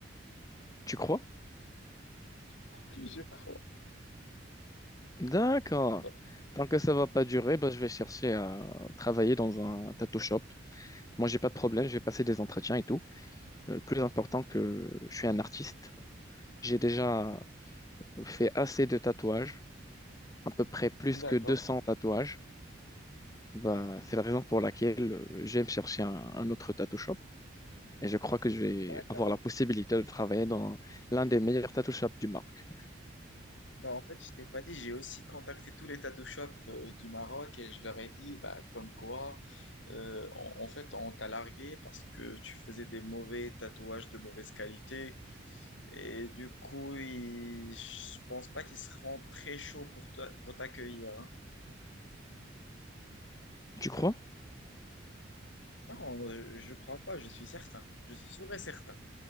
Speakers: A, on the left; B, on the left.
A: Tu crois?
B: <laughs> Oui, je crois.
A: D'accord.
B: Bah,
A: Tant que ça va pas durer, bah, je vais chercher à travailler dans un tattoo shop. Moi, j'ai pas de problème. Je vais passer des entretiens et tout. Euh, Le plus important que je suis un artiste. J'ai déjà fait assez de tatouages, à peu près plus
B: d'accord.
A: que 200 tatouages. Bah, c'est la raison pour laquelle euh, j'aime chercher un, un autre tattoo shop. Et je crois que je vais
B: D'accord.
A: avoir la possibilité de travailler dans l'un des meilleurs tattoo shops du marque.
B: Bah, en fait, je t'ai pas dit, j'ai aussi contacté tous les tattoo shops euh, du Maroc et je leur ai dit, bah, comme quoi, euh, en, en fait, on t'a largué parce que tu faisais des mauvais tatouages de mauvaise qualité. Et du coup, ils- je pense pas qu'ils seront très chauds pour toi- pour t'accueillir. hein.
A: Tu crois?
B: Non, je, je crois pas, je suis certain. Je suis sûr et certain.